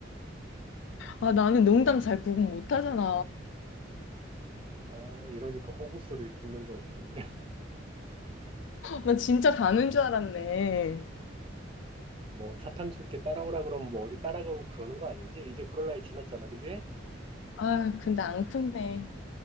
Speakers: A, on the left; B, on the right.
A: 아, 나는 농담 잘 구분 못 하잖아.
B: 아, 이러니까 호구 소리를 듣는 거지. <laughs>
A: 나 진짜 가는 줄 알았네.
B: 음. 뭐, 사탕 줄게 따라오라 그러면 뭐 어디 따라가고 그러는 거 아니지? 이제 그럴 나이 지났잖아, 그지?
A: 아, 근데 안 크네.